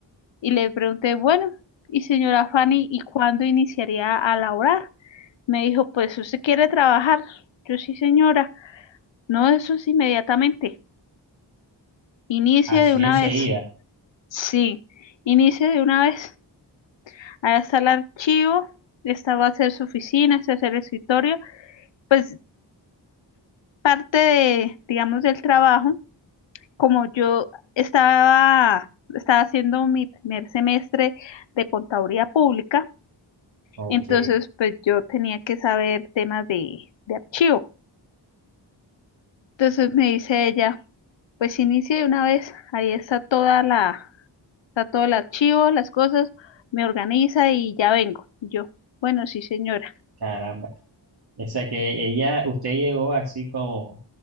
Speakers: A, on the left; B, on the right.
A: y le pregunté, bueno, y señora Fanny, ¿y cuándo iniciaría a laborar? Me dijo, pues usted quiere trabajar. Yo sí, señora. No, eso es inmediatamente. Inicie
B: Así
A: de una
B: enseguida.
A: vez. Sí, inicie de una vez. Ahí está el archivo, esta va a ser su oficina, este es el escritorio. Pues parte de, digamos, del trabajo, como yo estaba, estaba haciendo mi primer semestre de contaduría pública,
B: Ok,
A: entonces pues yo tenía que saber temas de, de archivo. Entonces me dice ella, pues inicie de una vez, ahí está toda la, está todo el archivo, las cosas, me organiza y ya vengo. Y Yo, bueno, sí señora.
B: caramba. O sea que ella, usted llegó así como,